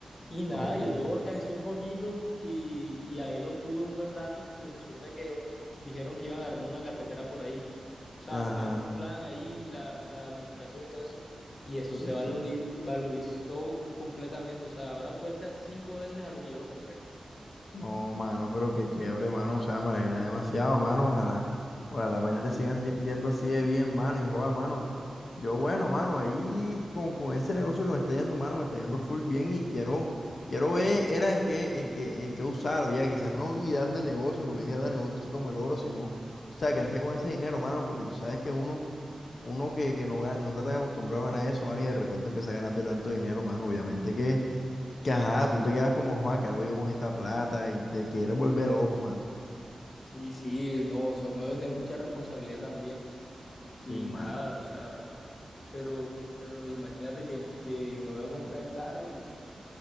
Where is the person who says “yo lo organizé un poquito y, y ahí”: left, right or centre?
Left